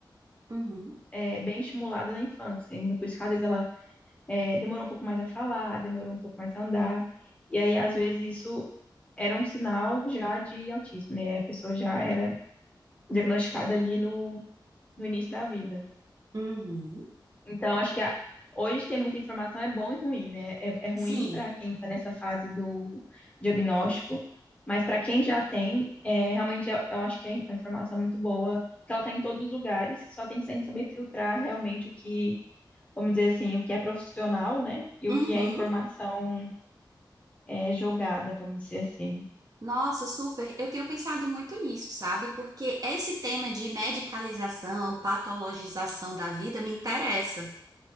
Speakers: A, on the right; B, on the left.
A: uhum,
B: é, bem estimulada na infância. Então, por isso que, às vezes, ela é, demorou um pouco mais a falar, demorou um pouco mais a andar. E aí, às vezes, isso era um sinal já de autismo, né? A pessoa já era diagnosticada ali no, no início da vida.
A: uhum.
B: Então, acho que a- hoje ter muita informação é bom e ruim, né? É, é ruim
A: Sim.
B: para quem está nessa fase do diagnóstico, mas para quem já tem, é, realmente eu, eu acho que é uma informação é muito boa, porque ela está em todos os lugares, só tem que a saber filtrar realmente o que, vamos dizer assim, o que é profissional, né? E
A: Uhum.
B: o que é informação é, jogada, vamos dizer assim.
A: Nossa, super. Eu tenho pensado muito nisso, sabe? Porque esse tema de medicalização, patologização da vida me interessa.